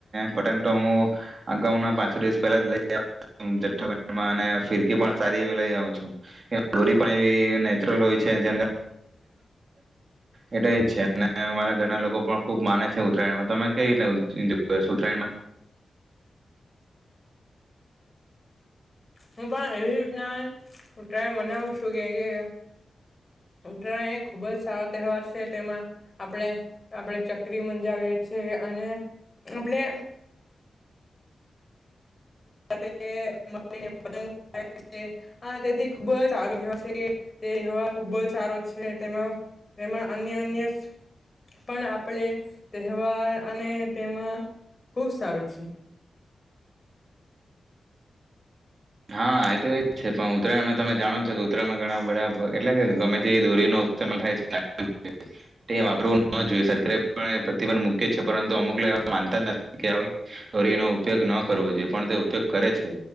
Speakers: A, on the right; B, on the left.
A: પતંગ તો હું અગાઉ ના પાંછો દિવસ પહેલા જ લઈ્ ફિરકી પણ સારી લઈ આવું છું. દોરી પણ એ નેચરલ હોય છે જે એટ છે અને અરા ઘરના લોકો પણ ખુબ માને છે ઉત્તરાયણમાં તમે કઈ રીતે ઉત્તરાયણમાં?
B: હું પણ એવી રના ટ્રાય મનાવ છું કે કે ઉતરાય એ ખુબ જ સારો તહેવાર છે તેમાં આપણે આપડે ચક્રી મંજાવીએ છીએ અને આપણે તે પત <unintelligible> હા તેથી ખુબ જ સારું છે તેવા ખુબ જ સારો છે, તેમાં એમાં અન્ય અન્ય પણ આપડે તહેવાર અને તેમાં ખુબ સારું છે.
A: હા એ તો એજ છે પણ ઉત્તરાય એમાં તમે જાણોો કે ઉત્તરાયમાં ઘણા બધા એટલે કે ગમે તે દોરી ન સમમે થાય છે <unintelligible> તે વાપરવું ન જોઈએ સરકારે પણ પ્રતિભંધ મુૂક્ય છે પરંતુ અમુક લોકો એ માનતા જ નથી કે એનો ઉપયોગ ન કરવો જોઈએ પણ તે ઉપયોગ કરે છે.